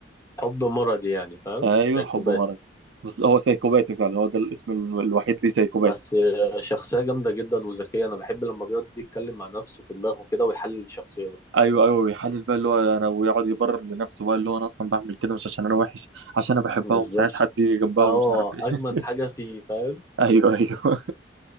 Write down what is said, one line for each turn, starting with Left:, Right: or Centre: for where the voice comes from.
Left: حب مرضي يعني فاهم
Right: ايوه
Left: سايكوباتي
Right: حب مرض بس هو سايكوباتي فعلا هو ده الاسم ال- الوحيد ليه سايكوباتي
Left: بس آه، شخصية جامدة جدا وذكية أنا بحب لما بيقعد يتكلم مع نفسه في دماغه كده ويحلل الشخصيات
Right: ايوه ايوه بيحلل بقى اللي هو انا ويقعد يبرر لنفسه بقى اللي هو انا اصلا بعمل كده مش عشان انا وحش عشان انا بحبها
Left: بالظبط
Right: ومش عايز حد يجي جنبها
Left: اه
Right: ومش عارف ايه
Left: أجمد
Right: <laughs>
Left: حاجة فيه فاهم
Right: ايوه ايوه